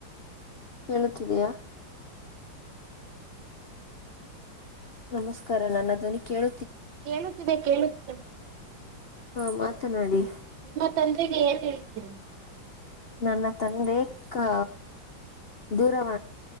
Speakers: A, on the left (about 55°); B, on the right (about 75°).
A: ಕೇಳುತ್ತಿದಯಾ ನಮಸ್ಕಾರ ನಾನು ಅದ್ನಿ ಕೇಳ
B: ಕೇಳುತ್ತಿದೆ ಕೇಳುತ್ತಿದೆ ಮಾತನಾಡಿ
A: ಹಾ ಮಾತನಾಡಿ
B: ನಿಮ್ಮ ತಂದೆಗೆ ಏನ್ ಹೇಳಿದ್ದೀರ ನೀ
A: ನನ್ನ ತಂದೆ ಕ ದೂರವ